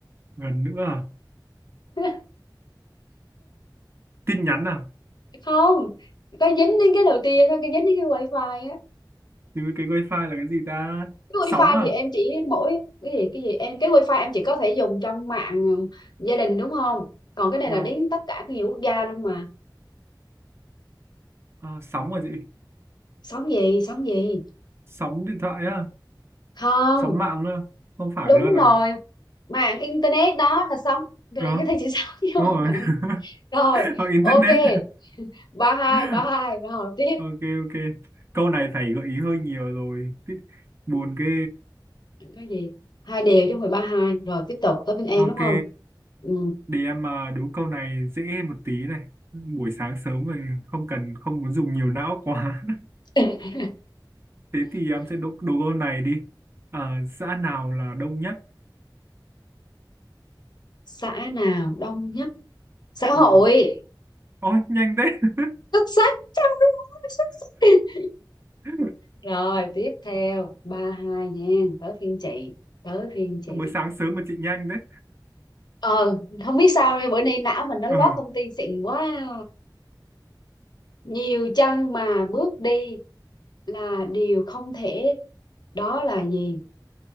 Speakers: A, on the right; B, on the left.
A: gần nữa à
B: <laughs>
A: tin nhắn à
B: không có dính đến cái đầu tiên á, cái dính đến cái wifi á
A: thì cái wifi là cái gì ta
B: cái
A: sóng
B: wifi
A: à
B: thì em chỉ mỗi cái gì cái gì em cái wifi em chỉ có thể dùng trong mạng ừ, gia đình đúng không còn cái này
A: vâng
B: là đến tất cả nhiều quốc gia luôn mà
A: à, sóng à chị
B: sóng gì sóng gì
A: sóng điện thoại á
B: không
A: sóng mạng á không phải
B: đúng
A: luôn
B: rồi
A: à
B: mạng internet đó là sóng cho
A: đó
B: nên cái này chỉ <laughs> sóng vô
A: đúng rồi
B: mạng
A: <laughs>
B: rồi
A: Hoặc internet.
B: ok ba hai
A: <laughs>
B: ba hai rồi tiếp
A: Ok ok. Câu này phải gợi ý hơi nhiều rồi. Tí- Buồn ghê.
B: cái gì hai đều chứ không phải ba hai rồi tiếp tục tới bên em
A: Ok.
B: đúng không ừ.
A: Để em mà đố câu này dễ một tí này. Buổi sáng sớm rồi không cần không muốn dùng nhiều não quá. <laughs>
B: <laughs>
A: Thế thì em sẽ đố, đố câu này đi. À, xã nào là đông nhất?
B: xã nào đông nhất xã hội
A: Ừ. Ôi nhanh thế.
B: xuất sắc Trời ơi, xuất sắc.
A: <laughs>
B: Rồi tiếp theo ba hai nha tới phiên chị tới phiên chị
A: Mới sáng sớm mà chị nhanh đấy.
B: ờ không biết sao nay bữa nay não mình nó
A: Ờ,
B: lót thông tin xịn quá nhiều chân mà bước đi là điều không thể đó là gì